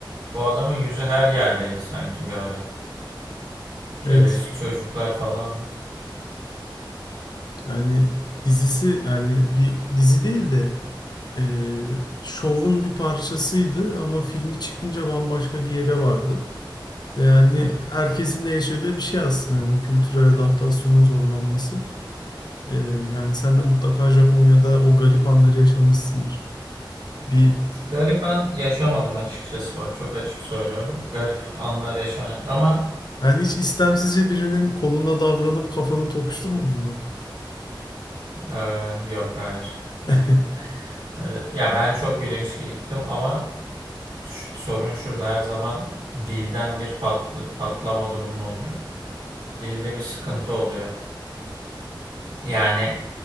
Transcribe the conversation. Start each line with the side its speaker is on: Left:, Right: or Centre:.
Right: Bu adamın yüzü her yerdeydi sanki bir ara. Keleşli
Left: Evet
Right: çocuklar falan var.
Left: yani dizisi yani bir dizi değil de e, şovun bir parçasıydı ama filmi çıkınca bambaşka bir yere vardı. Ve yani
Right: Hı hı.
Left: herkesin de yaşadığı bir şey aslında yani kültürel adaptasyonun zorlanması. Ee, yani sen de mutlaka Japonya'da o garip anları yaşamışsındır. Bir
Right: Garip an yaşamadım açıkçası bak çok açık söylüyorum. <laughs> Garip anlar yaşamadım ama
Left: yani hiç istemsizce birinin koluna davranıp kafanı tokuşturmadın mı?
Right: eee, yok hayır. <laughs>
Left: <laughs>
Right: Öyle- Ya ben çok bilinçli gittim ama ş- sorun şurada her zaman dilden bir patl- patlama durumun oluyor. Dilde bir sıkıntı oluyor hep. Yani